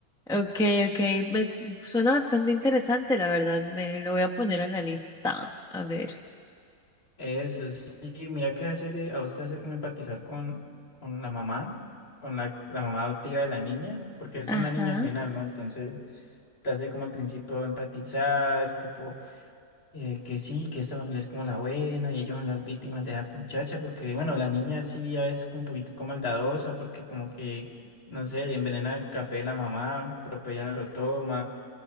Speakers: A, in the centre; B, on the left.
A: Ok, ok. Me s- suena bastante interesante, la verdad. Me lo voy a poner en la lista. A ver.
B: Eso sí, mira que hace, a usted hace como empatizar con, con la mamá, con la, la mamá adoptiva de la niña, porque es
A: Ajá,
B: una niña al final, ¿no? Entonces te hace como al principio empatizar, tipo, eh, que sí, que esta familia es como la buena y ellos son las víctimas de la muchacha, porque bueno, la niña sí ya es como un poquito maldadosa, porque como que, no sé, envenena el café de la mamá, pero pues ella no lo toma